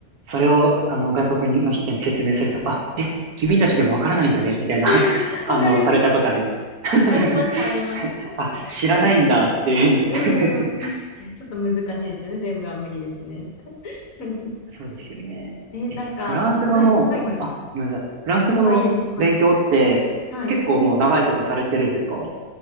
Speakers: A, on the right; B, on the left.
A: それを、あの、外国の人に説明すると、あ、え、君たちでもわからないんだね、みたいな
B: <laughs>
A: <laughs> 反応されたことあります。
B: わかります。
A: <laughs>
B: あります、あります。
A: あ、知らないんだっていうふうに。
B: そうなんですう
A: <laughs>
B: ーん。いや、ちょっと難しいですよね。全部は無理ですね。<laughs>
A: そうですよね。
B: え、なんか、
A: え、フランス語の、
B: はい、はい、はい。
A: あ、ごめんなさい。フランス語の勉強って結構もう長いことされてるんですかう
B: あ、いいですよ。はい。はい。